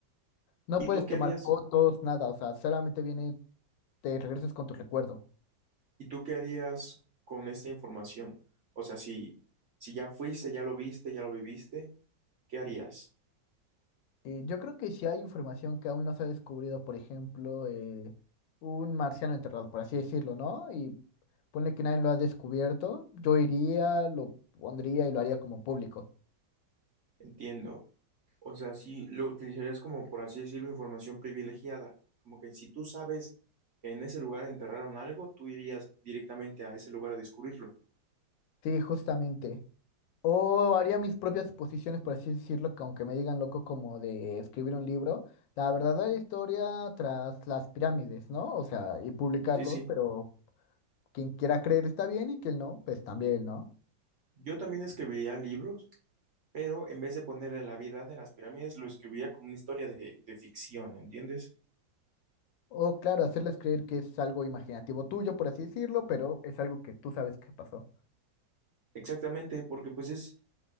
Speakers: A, on the left (about 80°); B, on the right (about 55°).
A: No
B: ¿Y
A: puedes
B: tú qué
A: tomar
B: harías?
A: fotos, nada, o sea, solamente viene, te regresas con tu recuerdo.
B: ¿Y tú qué harías con esta información? O sea, si, si ya fuiste, ya lo viste, ya lo viviste, ¿qué harías?
A: Eh, yo creo que si hay información que aún no se ha descubrido, por ejemplo, eh, un marciano enterrado, por así decirlo, ¿no? Y ponle que nadie lo ha descubierto, yo iría, lo pondría y lo haría como público.
B: Entiendo. O sea, sí lo utilizarías como, por así decirlo, información privilegiada. Como que si tú sabes que en ese lugar enterraron algo, tú irías directamente a ese lugar a descubrirlo.
A: Sí, justamente. O haría mis propias suposiciones, por así decirlo, que aunque me digan loco como de escribir un libro, la verdadera historia tras las pirámides, ¿no? O sea, y publicarlos,
B: Sí, sí.
A: pero quien quiera creer está bien y quien no, pues también, ¿no?
B: Yo también escribiría libros, pero en vez de ponerle la verdad de las pirámides, lo escribiría como una historia de, de ficción, ¿entiendes?
A: O claro, hacerles creer que es algo imaginativo tuyo, por así decirlo, pero es algo que tú sabes que pasó.
B: Exactamente, porque pues es